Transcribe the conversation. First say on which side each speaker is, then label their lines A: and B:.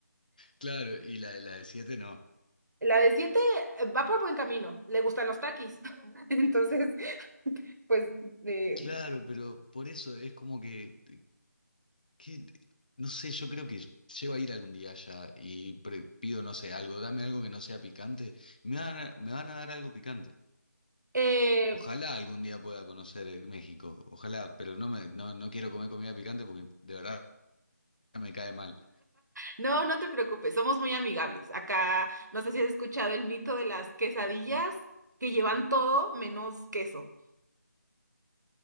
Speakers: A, on the left; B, on the right.
A: Claro, y la, de- la de 7, no.
B: La de siete eh, va por buen camino, le gustan los taquis. <laughs> Entonces, pues, eh,
A: Claro, pero por eso es como que, eh, que- no sé, yo creo que llego a ir algún día allá y pre- pido, no sé, algo, dame algo que no sea picante, me van a, me van a dar algo picante.
B: eh,
A: Ojalá algún día pueda conocer eh, México, ojalá, pero no me, no, no quiero comer comida picante porque de verdad me cae mal.
B: no, no te preocupes, somos muy amigables. Acá, no sé si has escuchado el mito de las quesadillas que llevan todo menos queso.